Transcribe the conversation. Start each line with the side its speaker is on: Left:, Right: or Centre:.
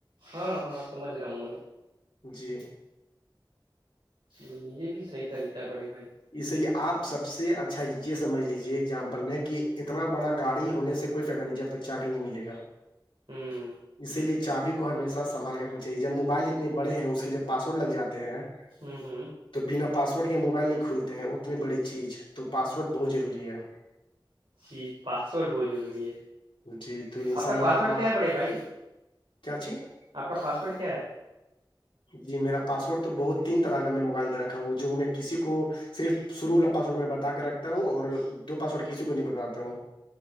Right: ہاں ہاں سمجھ رہا ہوں میں
Left: جی
Right: ج یہ بھی صحیح طریقہ ہے بڑے بھائی
Left: اسی لیے آپ سب سے اچھا یہ سمجھ لیجیے ایگزامپل میں کہ اتنا بڑا گاڑی ہونے سے کوئی فائدہ نہیں ج جب تک چاہ بھی نہیں ملے گا
Right: ھمم
Left: اسی لیے چابی کو ہمیشہ سنبال کر رنا چاہیے جب موبائل اتنے بڑے ہیں اس کے جب پاسورڈ لگ جاتے ہیں
Right: ھمم ھمم
Left: تو بنا پاسورڈ کے موبائل نہیں کھولتے ہیں اتنی بڑی چیز تو پاسورڈ بہت ضروری ہے
Right: جی پاسورڈ بہت ضروری ہے
Left: جی تو ان
Right: آپ
Left: شاء
Right: کا
Left: اللہ
Right: پاسورڈ
Left: آپ
Right: کیا ہے پڑے بھائی
Left: کیا چی
Right: آپ کا پاسپورٹ کیا ہے
Left: جی میرا پاسورڈ تو بہت تین طرح کا موبائل میں رکھا ہوں جو میں کسی کو صرف شروع والا پاسوڈ میں بتا کے رکھتا ہوں اور دو پاسورڈ کسی کو نہیں بتاتا ہوں